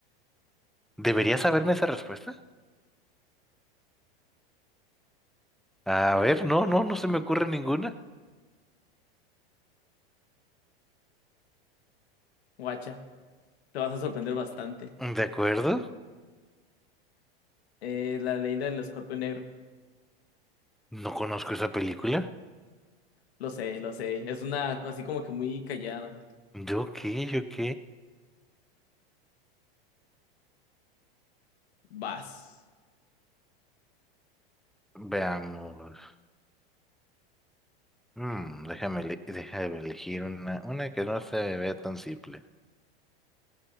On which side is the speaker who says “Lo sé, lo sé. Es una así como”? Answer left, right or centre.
Left